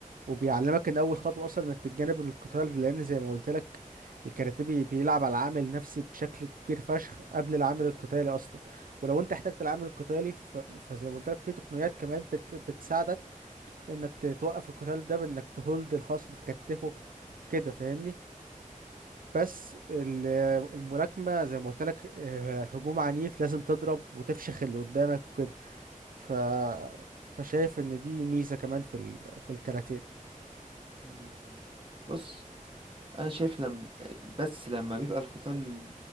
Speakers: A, on the right; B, on the right.
A: وبيعلمك ان اول خطوه اصلا انك تتجنب القتال لان زي ما قلت لك الكاراتيه بي- بيلعب على العامل النفسي بشكل كبير فشخ قبل العامل القتالي اصلا ولو انت احتجت العامل القتالي ف... فزي ما قلت لك في تقنيات كمان بت... بتساعدك انك ت- توقف القتال ده بانك تهولد الخصم تكتفه كده فاهمني بس ال- الملاكمه زي ما قلت لك آه، هجوم عنيف لازم تضرب وتفشخ اللي قدامك وكده ف فشايف ان دي ميزه كمان في ال... في الكاراتيه
B: مم. بص انا شايف لم بس لما بيبقى القتال